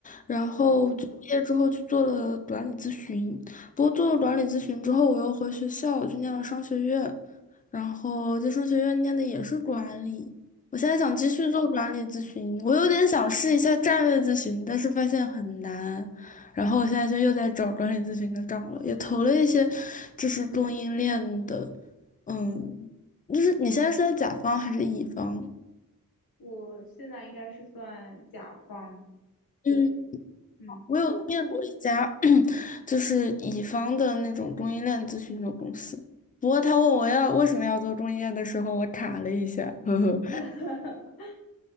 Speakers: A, on the left (about 25°); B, on the left (about 85°).
A: 然后就毕业之后去做了管理咨询。
B: 嗯，
A: 不过做了管理咨询之后，我又回学校，去念了商学院，然后在商学院念的也是管理。我现在想继续做管理咨询，我有点想试一下战略咨询，但是发现很难。然后我现在就又在找管理咨询的岗了，也投了一些就是供应链的。嗯，就是你现在是在甲方还是乙方？
B: 我现在应该是算甲方，
A: 嗯，
B: 对，嗯。
A: 我有面过一家 <clears throat> 就是乙方的那种供应链咨询的公司，不过他问我要为什么要做供应链的时候，我卡了一下，<laughs> 呵呵，
B: <laughs>